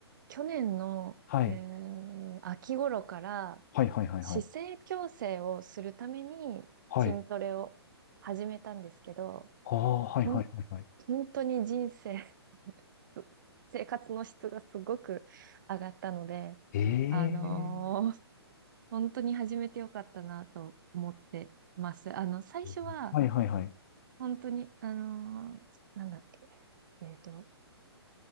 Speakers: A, on the right; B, on the left.
A: 去年の、
B: はい。
A: えー秋頃から、
B: はいはいはいはい。
A: 姿勢矯正をするために筋トレを始めたんですけど、
B: はい。ああ、はいはいはいはい。
A: ほん、本当に人生、<laughs> 生活の質がすごく上がったので、
B: ええ
A: あのー本当に始めてよかったなと思ってます。あの、最初は、
B: ー。はいはいはい。
A: 本当に、あのーなんだっけ、えっと、